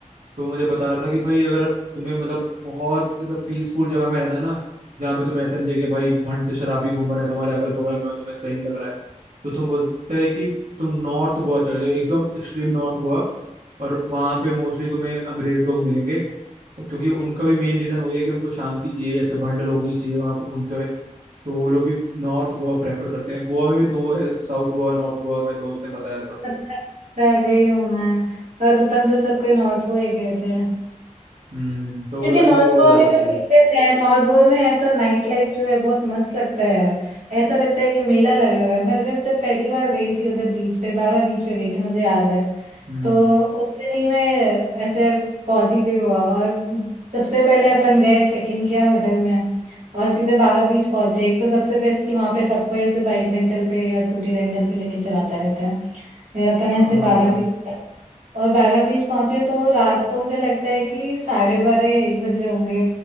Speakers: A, on the right; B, on the right.
A: तो मुझे बता रहा था कि भाई अगर तुम्हें मतलब बहुत पीसफुल जगह में रहना है ना जहाँ पे तुम्हें ऐसा नहीं चाहिए कि भाई भंड शराबी घूम रहे हैं तुम्हारे अगल बगल में और तुम्हें सही नहीं लग रहा है तो तुम बोलते हैं कि तुम नॉर्थ गोवा चले जाओ एकदम एक्सट्रीम नॉर्थ गोवा और वहाँ पे मोस्टली तुम्हें अंग्रेज लोग मिलेंगे और क्योंकि उनका भी मेन रीजन वही है कि उनको शांति चाहिए ऐसे भंड लोग नहीं चाहिए वहाँ पे घूमते हुए तो वो लोग भी नॉर्थ गोवा प्रेफर करते हैं गोवा में भी दो है साउथ गोवा नॉर्थ गोवा में दोस्त ने बताया था
B: पता है, गई हूँ मैं पर अपन तो सब कोई नॉर्थ को ही गए थे
A: हम्म तो
B: क्योंकि
A: बोला
B: नॉर्थ
A: कि वो
B: गोवा
A: ज्यादा
B: में जो
A: सही
B: बीचेस
A: है
B: है नॉर्थ गोवा में ऐसा नाइट लाइफ जो है बहुत मस्त लगता है यार ऐसा लगता है कि मेला लगा हुआ है मैं जब जब पहली बार गई थी उधर बीच पे बागा बीच पे गई थी मुझे याद है
A: हम्म
B: तो उस दिन ही मैं ऐसे पहुंची थी गोवा और सबसे पहले अपन गए चेक इन किया होटल में और सीधे बागा बीच पहुंचे एक तो सबसे बेस्ट कि वहां पे सबको ऐसे बाइक रेंटल पे या स्कूटी रेंटल पे लेके चलाता रहता है फिर अपन
A: हाँ
B: ऐसे बागा बीच और बागा बीच पहुंचे तो वो रात को मुझे लगता है कि साढ़े बारह या एक बज रहे होंगे